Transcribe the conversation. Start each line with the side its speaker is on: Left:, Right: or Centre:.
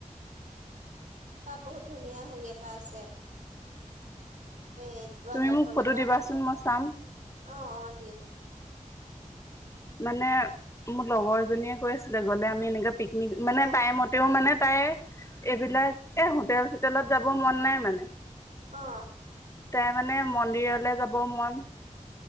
Right: তাত বহুত ধুনীয়া হেৰি এটা আছে। এই ৱাটাৰফল
Left: তুমি মোক ফটো
Right: এটা।
Left: দিবাচোন
Right: অ',
Left: মই চাম।
Right: অ', দিম।
Left: মানে মোৰ লগৰ জনীয়ে কৈ আছিলে, গ'লে আমি এনেকে পিকনিক মানে
Right: অ
Left: টাইমতেও মানে তাই এইবিলাক এ'হোটেল চোটেলত যাবৰ মন নাই মানে।
Right: অ'
Left: তাই মানে মন্দিৰলে যাব মন।